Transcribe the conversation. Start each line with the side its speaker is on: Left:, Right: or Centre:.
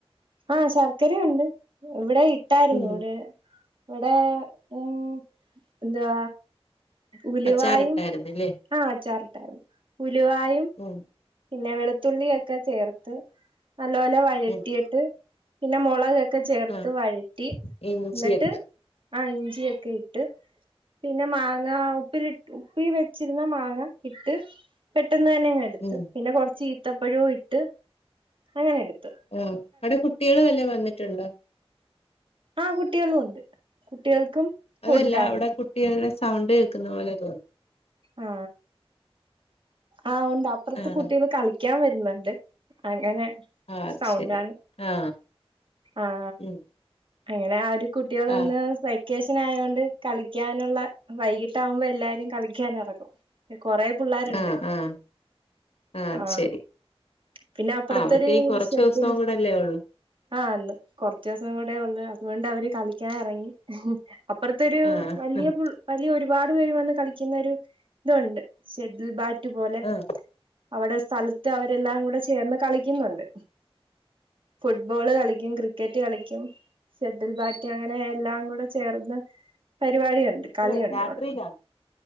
Right: ആഹ ശർക്കരുണ്ട് എവിടെ ഇട്ടായിരുന്നു
Left: ഉം
Right: ഇവിടെ ഇവിടെ ഉം എന്താ ഉലുവായും
Left: അച്ചാറിട്ടായിരുന്നല്ലേ
Right: ആ അച്ചാറിട്ടായിരുന്നു ഉലുവായും
Left: ഉം
Right: പിന്നെ വെളുത്തുള്ളിയൊക്കെ ചേർത്ത് നല്ല പോലെ വഴറ്റിയിട്ട്
Left: ഉം
Right: പിന്നെ മൊളക് ഒക്കെ ചേർത്ത്
Left: ആഹ്
Right: വഴറ്റി
Left: ഇഞ്ചിയൊക്കെ
Right: ഇന്നട്ട് ആ ഇഞ്ചിയൊക്കെ ഇട്ട് പിന്നെ മാങ്ങ ഉപ്പിലിട് ഉപ്പി വെച്ചിര്ന്ന മാങ്ങ ഇട്ട് പെട്ടെന്ന് തന്നെ ഇങ്ങ്
Left: ഉം
Right: ത് പിന്നെ കൊർച്ച് ഇ ത്തപ്പഴോ ഇട്ട് അങ്ങനെ ഇട്
Left: ഉം അയുടെ കുട്ടികൾ വല്ലോം വന്നിട്ടുണ്ടോ
Right: ആ കുട്ടികളും ഉണ്ട് കുട്ടികൾക്കും
Left: അതല്ല
Right: കൊടുത്തായിരുന്നു
Left: അയുടെ കുട്ടികളുടെ സ സൗണ്ട് കേൾക്ക്‌ന്ന പോലെ തോന്നി
Right: ആ ആ ഉണ്ട് അപ്പർത്ത്
Left: ആഹ്
Right: കുട്ടികൾ കളി ക്ക്യയാൻ വര്ന്ന്ണ്ട് അങ്ങനെ
Left: ആ
Right: സൗണ്ടാണ്
Left: ശരി ആ
Right: ആ
Left: ഉം
Right: അങ്ങനെ ആ ഒരു കുട്ടികൾ
Left: ആഹ്
Right: ഇന്ന് സൈ ക്കേഷൻ ആയോണ്ട് കളിക്കാനുള്ള വൈകിട്ടാവുമ്പോ എല്ലാരും കളി ക്ക്യൻ എറങ്ങും കൊറെ പുള്ളാര് ഇണ്ട്
Left: ആഹ് ആഹ് ആഹ് അത്
Right: ആ
Left: ശരി
Right: പിന്നെ അപ്പുറത്ത്
Left: ആഹ് അവർക്ക്
Right: ഒര്
Left: ഇനി കൊറച്ച്
Right: ഷെഡിൽ
Left: ദിവസം കൂടല്ലേ ഒള്ളൂ
Right: ആന്ന് കൊർച്ച് ദിവസം കൂടെ ഒള്ളു അതുകൊണ്ട് അവര് കളിക്കാൻ എറങ്ങി അപ്പർത്തൊരു
Left: ആഹ്
Right: വല്ലിയ
Left: ആഹ്
Right: പുൾ വല്ലിയ ഒരു ഒരുപാട് പേര് വന്ന് കളി ക്കിന്നൊരു ഇതുണ്ട് ഷെഡ് ത് ബാറ്റു പോലെ
Left: ആഹ്
Right: അവിടെ സ്ഥലത്ത് അവരെല്ലാം കൂടെ ചേർന്ന് കളിക്കുന്ന് ഇണ്ട് ഫുട്ബോൾ കളി ക്കും ക്രിക്കറ്റ് കളിക്കും ഷെട്ടിൽ ബാറ്റ് അങ്ങനെ എല്ലാം കൂടെ ചേർന്ന് പരിപാടിയുണ്ട്
Left: എപ്പളാ
Right: കളിയുണ്ട്
Left: രാത്രിയിലാണ്
Right: അവിടെ